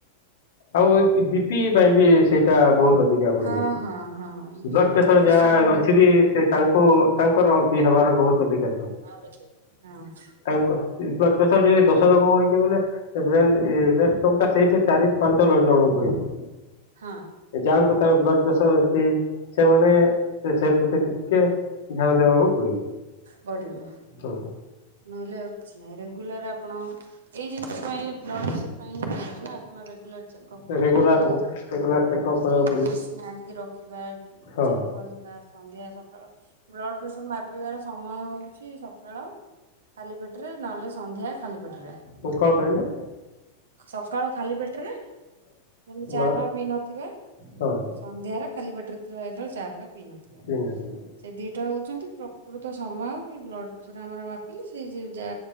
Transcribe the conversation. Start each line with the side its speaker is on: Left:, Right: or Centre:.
Left: ଆଉ <unintelligible> ବିପି ପାଇଁ ବି ସେଇ ଟା ବହୁତ୍ ଅଧିକା ବଢିଯାଉଚି,
Right: ହଁ ହଁ ହଁ
Left: ବ୍ଲଡ୍
Right: କିନ୍ତୁ
Left: ପ୍ରେସର ଯାହା
Right: ମାନେ
Left: ଅଛି
Right: କଣ?
Left: ବି ସେ ତାଙ୍କୁ ତାଙ୍କର ବି ହେବାର ବହୁତ ଅଧିକା
Right: ହଁ।
Left: ତାଙ୍କ ବ୍ଲଡ୍ ପ୍ରେସର ଯଦି ଦଶ ରକମ ହେଇକି ବୋଲେ ବ୍ରେନ୍ <unintelligible> ସେଇଠୁ ଚାରି ପାଞ୍ଚ ଲ ଜଣଙ୍କୁ କହିବ।
Right: ହଁ।
Left: ଯାହାଙ୍କୁ ତାଙ୍କର ବ୍ଲଡ୍ ପ୍ରେସର ଅଛି ସେମାନେ ସେ ପ୍ରତି ଟିକେ ଧ୍ୟାନ ଦେବାକୁ ପଡିବ
Right: ବଢିବ
Left: ତ
Right: ନହେଲେ ଆଉ କିଛି ନାହିଁ, ରେଗୁଲାର୍ ଆପଣ ଏଇ ଜିନିଷ ପାଇଁ ବ୍ଲଡ୍ ପ୍ରେସର୍ ପାଇଁ <unintelligible> ନା ଆପଣ ରେଗୁଲାର୍ ଚେକ୍ ଅପ୍ କରିବେ।
Left: ରେଗୁଲାର ରେଗୁଲାର ଚେକଅପ୍ କରିବାକୁ
Right: ସେଇ
Left: ପଡିବ
Right: ମସିନ୍ ଆଣିକି ରଖିବା
Left: ହଁ
Right: ଚେକ୍ କରି ବା ସନ୍ଧ୍ୟା ସକାଳ ବ୍ଲଡ଼୍ ପ୍ରେସର୍ ମାପିବାର ସମୟ ହେଉଚି ସକାଳ ଖାଲି ପେଟେରେ ନହେଲେ ସନ୍ଧ୍ୟା ଖାଲି ପେଟେରେ।
Left: <unintelligible> କହିଲେ?
Right: ସକାଳ ଖାଲି ପେଟେରେ ମାନେ ଚା
Left: ହଁ
Right: ଫା ପିଇ ନଥିବେ।
Left: ହଁ
Right: ସନ୍ଧ୍ୟାରେ ଖାଲି ପେଟେରେ ଥିବା ଯେତେବେଳେ ଚା ଫା ପିଇ ନଥିବେ।
Left: କିଣିଛି
Right: ସେ ଦିଇଟା ହଉଛନ୍ତି ପ୍ରକୃତ ସମୟ କି ବ୍ଲଡ୍ ପ୍ରେସର୍ ଆମର ମାପିଲେ ସେଇ ଯା